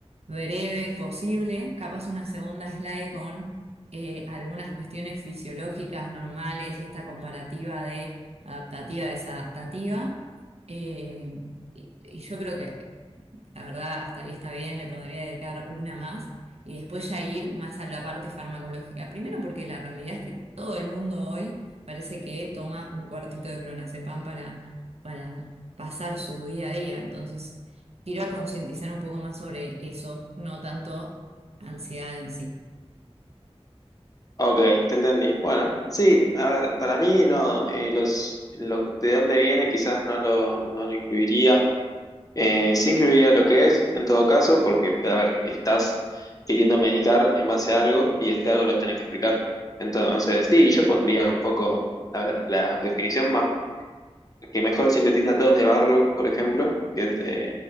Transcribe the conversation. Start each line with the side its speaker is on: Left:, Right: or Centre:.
Right: breve posible, capaz una segunda slide con eh, algunas cuestiones fisiológicas normales y esta comparativa de adaptativa, desadaptativa. Eh, y, y yo creo que la verdad, hasta ahí está bien, le podría dedicar una más y después ya ir más a la parte farmacológica. Primero porque la realidad es que todo el mundo hoy parece que toma un cuartito de clonazepam para, para pasar su día a día. Entonces, quiero concientizar un poco más sobre eso, no tanto ansiedad en sí.
Left: Ok, te entendí. Bueno, sí, a ver, para mí no, eh, los, lo, de dónde viene quizás no lo, no lo incluiría. Eh, sí incluiría lo que es, en todo caso, porque, a ver, estás queriendo medicar en base a algo y este algo lo tenés que explicar. Entonces, sí, yo pondría un poco, a ver, la definición más que mejor sintetiza todo es de Barlow, por ejemplo, que es eh,